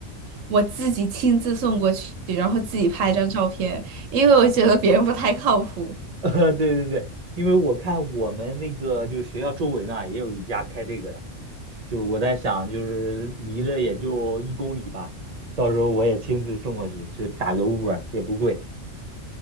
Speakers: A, on the right; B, on the right.
A: 我自己亲自送过去，然后自己拍一张照片，因为我觉得别人不太靠谱。
B: <laughs> 呃对对对，因为我看我们那个就是学校周围嘛，也有一家开这个的，就是我在想，就是离着也就一公里吧，到时候我也亲自送过去，就打个 Uber 也不贵。